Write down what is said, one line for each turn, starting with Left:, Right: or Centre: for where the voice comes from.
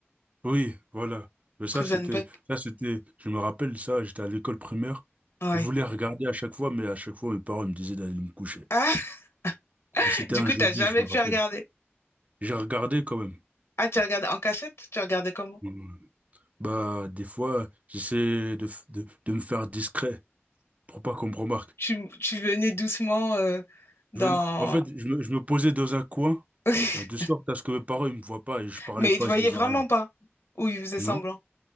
Right: Oui, voilà. Mais ça,
Left: Prison
Right: c'était,
Left: Break.
Right: ça, c'était, je me rappelle ça, j'étais à l'école primaire.
Left: Ouais.
Right: Je voulais regarder à chaque fois, mais à chaque fois, mes parents me disaient d'aller me coucher.
Left: Ah, <laughs>
Right: Euh, C'était
Left: du
Right: un
Left: coup,
Right: jeudi,
Left: t'as jamais
Right: je me
Left: pu
Right: rappelle.
Left: regarder.
Right: J'ai regardé quand même.
Left: Ah, tu regardais en cachette? Tu regardais comment?
Right: Mm. Bah, des fois, j'essayais de, f- de, de me faire discret pour pas qu'on me remarque.
Left: Tu, tu venais doucement euh, dans...
Right: Je venais- en fait, je me, je me posais dans un coin,
Left: <laughs>
Right: euh, de sorte à ce que mes parents ils me voient pas et je parlais
Left: Mais
Right: pas,
Left: il te voyait
Right: je disais
Left: vraiment
Right: rien.
Left: pas. Ou il faisait
Right: Non?
Left: semblant.